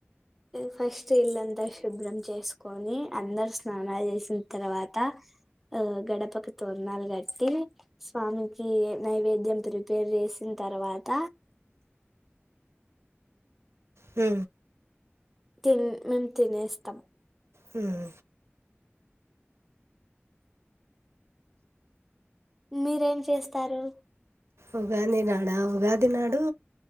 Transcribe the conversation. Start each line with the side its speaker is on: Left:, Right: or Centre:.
Centre: ఫస్ట్ ఇల్లంతా శుభ్రం చేసుకొని అందరు స్నానాలు చేసిన తర్వాత ఆ గడపకి తోనాలు కట్టి స్వామికి నైవేద్యం ప్రిపేర్ చేసిన తర్వాత
Right: మ్
Centre: తిన్ మేము తినేస్తాం
Right: హ్మ్
Centre: మీరేం చేస్తారు
Right: ఉగాది నాడా ఉగాది నాడు